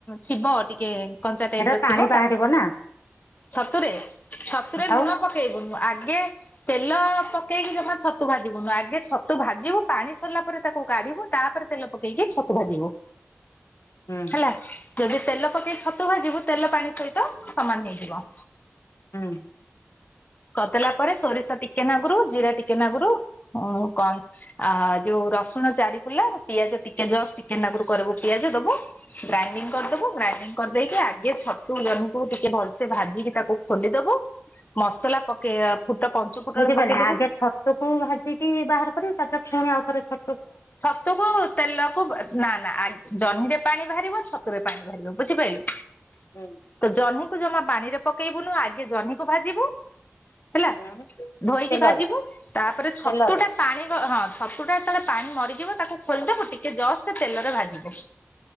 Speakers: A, on the left; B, on the left.
A: ଥିବ ଟିକେ କଞ୍ଚା ଟାଇପ୍
B: ଏଟା
A: ର
B: ପାଣି
A: ଥିବ
B: ବାହାରିବ
A: ତା
B: ନା
A: ଛତୁରେ ଛତୁରେ
B: ଆଉ
A: ଲୁଣ ପକେଇବୁନୁ। ଆଗେ ତେଲ ପକେଇକି ଜମା ଛତୁ ଭାଜିବୁନୁ। ଆଗେ ଛତୁ ଭାଜିବୁ ପାଣି ସରିଲା ପରେ ତାକୁ କାଢିବୁ ତାପରେ ତେଲ ପକେଇକି ଛତୁ ଭାଜିବୁ।
B: ହୁଁ।
A: ହେଲା। ଯଦି ତେଲ ପକେଇ ଛତୁ ଭାଜିବୁ ତେଲ ପାଣି ସହିତ ସମାନ ହେଇଯିବ।
B: ଉଁ
A: କଦେଲା ପରେ ଶୋରିଷ ଟିକେ ନାକୁରୁ ଜିରା ଟିକେ ନାକୁରୁ ଅ କନ ଆ ଯୋଉ ରସୁଣ ଚାରିକୁଲା ପିଆଜ ଟିକେ ଜଷ୍ଟ ଟିକେ ନାକୁରୁ କରିବୁ ପିଆଜ ଦୋବୁ ଗ୍ରାଇଣ୍ଡିଙ୍ଗ କରିଦୋବୁ ଗ୍ରାଇଡିଙ୍ଗ କରିଦେଇକି ଆଗେ ଛତୁ ଜନହିକୁ ଟିକେ ଭଲସେ ଭାଜିକି ତାକୁ ଖୋଲିଦୋବୁ। ମସଲା ପକେଇ ଆ ଫୁଟ ପଞ୍ଚୁ ଫୁଟଣ
B: ବୁଝିପାଇଲେ
A: ପକେଇଦବୁ
B: ଆଗେ ଛତୁକୁ ଭାଜିକି ବାହାର କରିବ ତାପରେ ଫେଣି ଆଉଥରେ ଛ
A: ଛତୁକୁ ତେଲକୁ ବା ନା ନା ଆ ଜହ୍ନିରେ ପାଣି ବାହାରିବ ଛତୁରେ ପାଣି ବାହାରିବ ବୁଝିପାଇଲୁ।
B: ହୁଁ।
A: ତ ଜହ୍ନିକୁ ଜମା ପାଣିରେ ପକେଇବୁନୁ ଆଗେ ଜହ୍ନିକୁ ଭାଜିବୁ ହେଲା
B: ଉଁ
A: ଧୋଇକି
B: ତେଲରେ
A: ଭାଜିବୁ ତାପରେ ଛତୁଟା
B: ତେଲରେ
A: ପାଣି ଗ ହଁ ଛତୁଟା ଯେତେବେଳେ ପାଣି ମରିଯିବ ତାକୁ ଖୋଲଦୋବୁ ଟିକେ ଜଷ୍ଟ୍ ଷ୍ଟ ତେଲରେ ଭାଜିବୁ